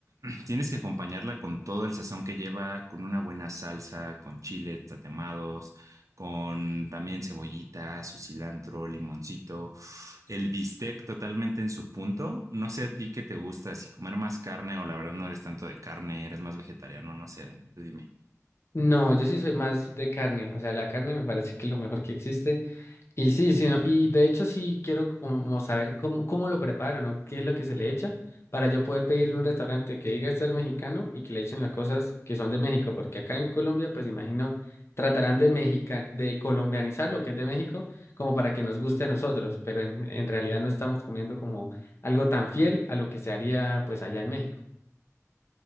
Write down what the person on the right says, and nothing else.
Tienes que acompañarla con todo el sazón que lleva, con una buena salsa, con chile, tatemados, con también cebollita, su cilantro, limoncito, el bistec totalmente en su punto. No sé a ti qué te gusta, si comer más carne o la verdad no eres tanto de carne, eres más vegetariano, no sé, Dani, tú dime.